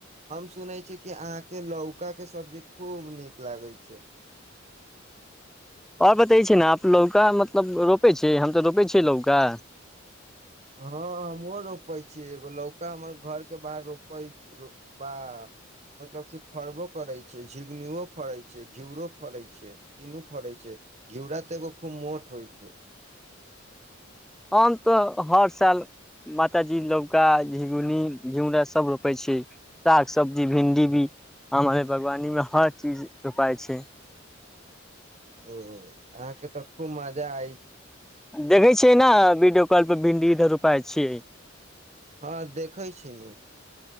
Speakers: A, on the right (about 35°); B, in the centre.
A: हम सुनइ छि कि अहां के लौका के सब्जी खूब नीक लागे छै
B: ओर बतै छी ने आप लौका मतलब रोपै छियै हम तऽ रोपै छि लौका
A: हँ हमहूँ रोपै छियै एगो लौका हमर घरके बाहर रोपइ छी बा मतलब कि फड़बो करै छै झिंगुनुओ फड़ै छै घिउरो फड़ै छै तीनू फड़ैत छै घिउरा तऽ एगो खूब मोट होइ छै
B: आम तऽ हर साल मातााजी लौका झिगुनी घिउरा सभ रोपाै छि साग सबजी भिंडी भी हामरे बागवानीमे हर चीज रोपाइ छै
A: ओ अहाँके तऽ खूब मजा अइ
B: देखै छियै न वीडियो कॉल भिन्डी इधर रोपााय छियै
A: हँ देखै छीन